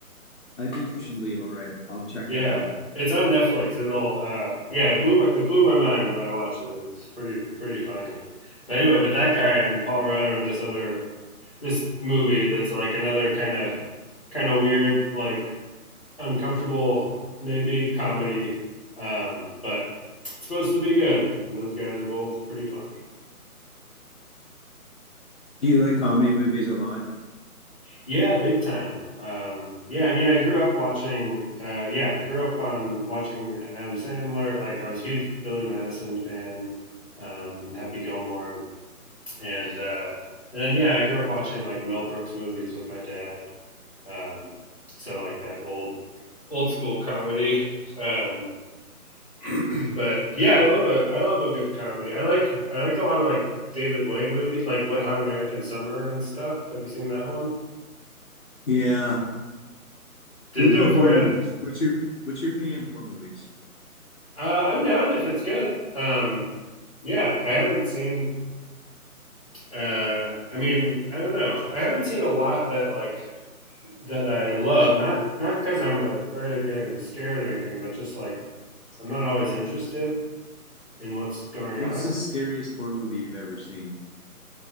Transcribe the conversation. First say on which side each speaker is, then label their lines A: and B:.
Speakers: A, on the left (about 55°); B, on the left (about 20°).
A: I think you should
B: It's,
A: leave. All right, I'll check
B: yeah,
A: that out.
B: it's on Netflix. It'll uh, yeah, it blew my it blew my mind when I watched it. It's pretty pretty funny. But anyway, but that guy and Paul Rudd are in this other this movie that's like another kind of kind of weird like uncomfortable maybe comedy um, but it's supposed to be good and those guys are both pretty funny
A: Do you like comedy movies a lot?
B: Yeah, big time. Um, yeah, I mean, I grew up watching. Uh, yeah, grew up on watching Adam Sandler. Like, I was a huge Billy Madison fan, um, Happy Gilmore, and uh, and then yeah, I grew up watching like Mel Brooks movies with my dad. Um, so like that old old school comedy. Um, <clears throat> but yeah, I love a I love a good comedy. I like I like a lot of like David Wayne movies, like Wet Hot American Summer and stuff. Have you seen that one?
A: Yeah.
B: Didn't
A: What about
B: do it
A: horror
B: for you.
A: movies? What's your what's your opinion on horror movies?
B: Uh, I'm down if it's good. Um, yeah, I haven't seen. Uh, I mean, I don't know. I haven't seen a lot that like that I love. Not not because I'm afraid of getting scared or anything, but just like I'm not always interested in what's going
A: What's
B: on.
A: the scariest horror movie you've ever seen?